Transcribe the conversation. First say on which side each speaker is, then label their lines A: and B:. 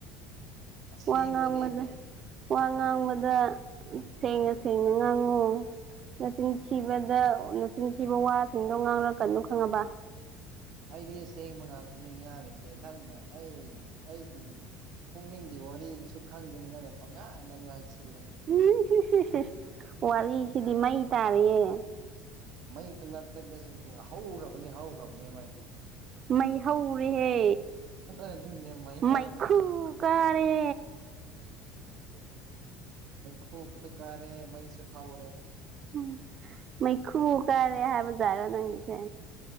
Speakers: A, on the right; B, on the right.
A: ꯑꯁꯦꯡꯕꯅꯦꯃꯦ
B: ꯋꯥ ꯉꯥꯡꯕꯗ ꯋꯥ ꯉꯥꯡꯕꯗ ꯁꯦꯡꯅ ꯁꯦꯡꯅ ꯉꯥꯡꯉꯨ ꯅꯆꯤꯟ ꯊꯤꯕꯗ ꯅꯆꯤꯟꯊꯤꯕ ꯋꯥꯁꯤꯡꯗꯣ ꯉꯥꯡꯔꯛꯀꯅꯣ ꯈꯪꯉꯕ
A: ꯑꯩꯗꯤ ꯑꯁꯦꯡꯕ ꯉꯥꯛꯇꯅꯤ ꯉꯥꯡꯉꯤꯁꯦ ꯅꯪꯅ ꯑꯩ ꯑꯩꯒꯤ ꯄꯨꯛꯅꯤꯡꯒꯤ ꯋꯥꯔꯤꯁꯨ ꯈꯪꯗꯦꯅ ꯅꯪꯅ ꯄꯪꯉꯥꯡ ꯗ ꯉꯥꯡꯁꯤꯜꯂꯦ
B: ꯎꯝ ꯍ ꯍ ꯋꯥꯔꯤꯁꯤꯗꯤ ꯃꯩ ꯇꯥꯔꯤꯌꯦ
A: ꯃꯩ ꯀꯅ ꯇꯅ ꯍꯧꯔꯕꯅꯤ ꯍꯧꯈ꯭ꯔꯕꯅꯦ ꯃꯩ
B: ꯃꯩꯍꯧꯔꯦꯍꯦ
A: ꯑꯗꯨꯅꯦ ꯃꯩ ꯍꯧꯈ꯭ꯔꯕꯅꯤ
B: ꯃꯥꯏꯈꯨ ꯀꯔꯦ
A: ꯃꯩꯈꯨꯁꯨꯨ ꯀꯥꯔꯦ ꯃꯩꯁꯨ ꯍꯧꯔꯦ
B: ꯎꯝ ꯃꯩꯈꯨ ꯀꯔꯦ ꯍꯥꯏꯕ ꯖꯥꯠꯔ ꯅꯪꯒꯤꯁꯦ